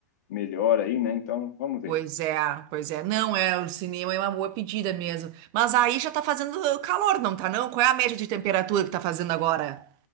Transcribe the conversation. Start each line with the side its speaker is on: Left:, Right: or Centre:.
Left: melhor aí, né? Então, vamos ver.
Right: Pois é, pois é. Não, é, o cinema é uma boa pedida mesmo. Mas aí já tá fazendo calor, não tá não? Qual é a média de temperatura que tá fazendo agora?